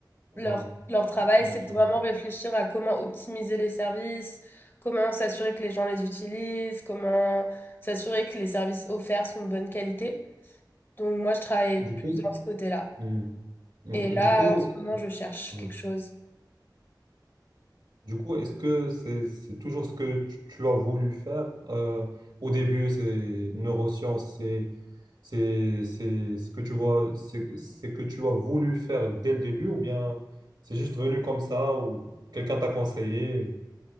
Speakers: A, on the right (about 70°); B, on the left (about 30°).
A: Oui,
B: Leur, leur travail,
A: oui,
B: c'est de
A: je
B: vraiment
A: vois.
B: réfléchir à comment optimiser les services, comment s'assurer que les gens les utilisent, comment s'assurer que les services offerts sont de bonne qualité. Donc moi, je travaille
A: Du
B: plus
A: coup,
B: dans ce côté-là.
A: mhm. Mhm.
B: Et là,
A: Du coup,
B: en ce moment, je cherche
A: ouais.
B: quelque chose.
A: Du coup, est-ce que c'est c'est toujours ce que tu, tu as voulu faire? Euh, au début, c'est neurosciences, c'est C'est, c'est ce que tu vois, c'est c'est que tu as voulu faire dès le début ou bien c'est juste venu comme ça ou quelqu'un t'a conseillé.